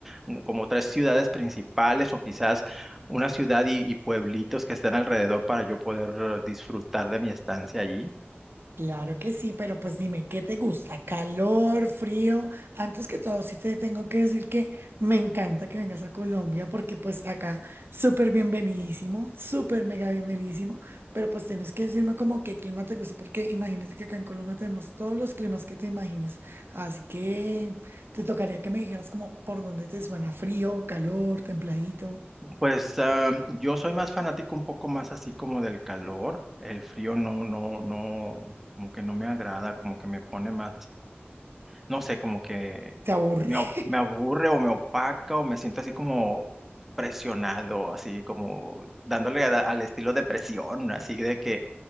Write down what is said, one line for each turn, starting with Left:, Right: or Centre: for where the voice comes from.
Centre: mm, como tres ciudades principales o quizás una ciudad y, y pueblitos que estén alrededor para yo poder eh, disfrutar de mi estancia allí.
Right: Claro que sí, pero pues dime, ¿qué te gusta? ¿Calor, frío? Antes que todo, sí te tengo que decir que me encanta que vengas a Colombia porque pues acá súper bienvenidísimo, súper mega bienvenidísimo, pero pues tienes que decirme como qué clima te gusta porque imagínate que acá en Colombia tenemos todos los climas que te imagines, así que te tocaría que me dijeras como por dónde te suena frío, calor, templadito,
Centre: Pues ah, yo soy más fanático un poco más así como del calor, el frío no, no, no, como que no me agrada, como que me pone más, no sé, como que
Right: te aburre.
Centre: me,
Right: <laughs>
Centre: o- me aburre o me opaca o me siento así como presionado, así como dándole a- al estilo de presión, así de que